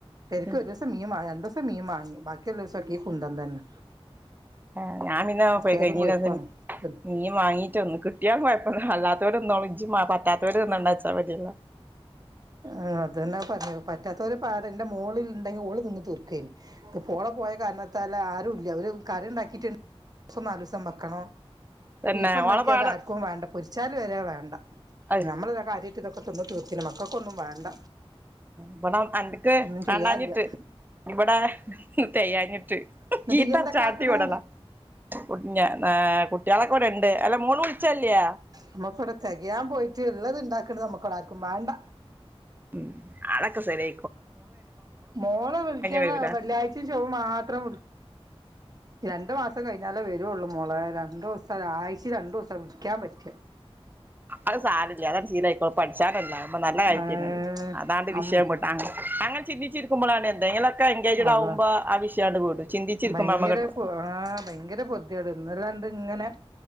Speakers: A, on the right; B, on the right.
A: ശെരിക്കും
B: ഉം
A: ഒരു ദിവസം മീന് രണ്ടു ദിവസം മീമാങ്ങി ബാക്കിയുള്ള ദിവസംക്കെ ഈ കുന്തം തന്നെ
B: ആഹ് ഞാപിന്നെ
A: കിട്ടിയാലും
B: പോയി കഴിഞ്ഞി
A: കൊഴപ്പാണ്
B: <unintelligible> മിമാങ്ങി തന്നു കിട്ടിയാ കൊയപ്പ അല്ലാത്തോ ല് തിന്നോളും ഇജ് പറ്റാത്തതോര് തിന്നണ്ടാച്ചാ മതി എല്ലോ
A: ആഹ് അതന്നേ പറഞ്ഞത് പറ്റാത്തോരാ പ്പ ആരാ എന്റെ മോള് ഉണ്ടെങ്കിൽ ഓള് നിന്ന് തീർക്കേനി ഇക്ക്‌ പോളെ പോയ കാരണത്താൽ ആരും ഇല്ല ഒര് കറി ഉണ്ടാക്കിട്ടുണ്ട് ദിവസം നാല് ദിവസം വെക്കണം
B: തന്നെ
A: ബീഫ് ഉണ്ടാക്കിയാലും
B: ഓളെ പാടം
A: ആർക്കും വേണ്ട പൊരിച്ചാലും വരെ വേണ്ട
B: അഹ്
A: നമ്മളിതൊക്കെ കാര്യായിട്ട് ഇതൊക്കെ തിന്നും തിന്ന് തീർത്തിരുന്നു മക്കൾക്ക്‌ ഒന്നും വേണ്ട
B: ഇവിട അനക്ക്
A: ഒന്നും
B: വേണ്ടാഞ്ഞിട്ട്
A: ചെയ്യാനില്ല
B: ഇവിടെ തെകയാഞ്ഞിട്ട്
A: എന്നിട്ട്
B: ചീത്തർചാട്ടിവിടലാ
A: ഇയ്യ് എന്തൊക്കെ ആക്കണ്
B: കുട്ട്ഞ താ കുട്ട്യാളൊക്കെവട്ണ്ട് അല്ല മോള് വിളിചല്ലേ?
A: നമക്ക് വ്ടെ തെകയാൻ പോയിട്ട് ഇള്ളത്ണ്ടാക്ണ്ത് നമ്ക്ക് വ്ടാർക്കും വേണ്ട
B: ഉം അതക്കെ ശരി
A: മോള് വിളിക്കാണ്
B: വരൂലേ
A: വെള്ളിയാചെ ചൊവ്വേമാത്രം വിളിക്കും രണ്ട് മാസം കയി യിഞാലെവരൊള്ളൂ മോളേ രണ്ടൂസം ഒരായ്ചെല് രണ്ടുസം വിളിക്കാ പറ്റ
B: അസാരല്ല അതെ ശിലായ്ക്കോളും പഠിച്ചാനല്ലേ അപ്പ നല്ല കാര്യത്തിനല്ലേ
A: ഏഹ്
B: അതാണ്ട് വിഷയംവിടാ
A: അം
B: അങ്ങന ചന്തിച്ചിരിക്മ്പളാണ് എന്തേങ്കിലൊക്കെ എങ്കേജടാവുമ്പോ
A: അള്ളാ
B: ആ വിഷയണ്ട് വിടും ചിന്തിചിരിക്ക്മ്പള
A: ഭയങ്കര
B: ഞമ്മക്ക് ടെ
A: ആഹ് ഭയങ്കരപൊറ്ദ്യെട് ഇന്നലണ്ട്ങ്ങനെ